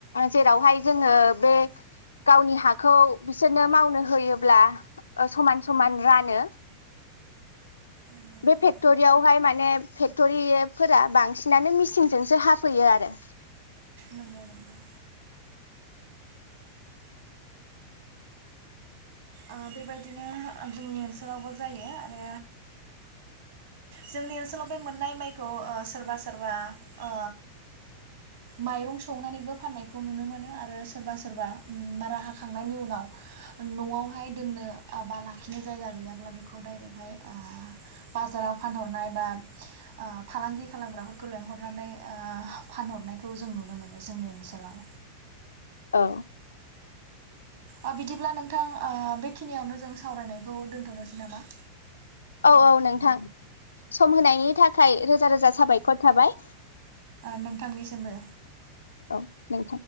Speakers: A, on the left; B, on the right.
A: जेरावहाय जोङो बे गावनि हाखौ बिसोरनो मावनो होयोब्ला समान समान रानो
B: नंगौ
A: बे
B: नोंथां
A: फेक्टरियावहाय माने फेक्टरिफोरा बांसिनानो मिसिनजोंसो हाफैयो आरो।
B: नंगौ नोंथां। ओ बेबायदिनो जोंनि ओनसोलावबो जायो आरो जोंनि ओनसोलाव बे मोननाय माइखौ सोरबा सोरबा ओ माइरं सौनानैबो फाननायखौ नुनो मोनो आरो सोरबा सोरबा मारा हाखांनायनि उनाव नयाव हाय दोननो बा लाखिनो जायगा गैयाब्ला बेखौ डाइरेक्टहाय ओ बाजाराव फानहरनाय बा ओ फालांगि खालामग्राफोरखौ ओ लेंहरनानै ओ फानहरनायखौ जों नुनो मोनो जोंनि ओनसोलाव।
A: औ
B: ओ बिदिब्ला नोंथां ओ बेखिनियावनो जों सावरायनायखौ दोन्थनोसै नामा?
A: औ औ नोंथां। सम होनायनि थाखाय रो रोजा रोजा साबायखर थाबाय।
B: नोंथांनिसिमबो
A: औ नोंथां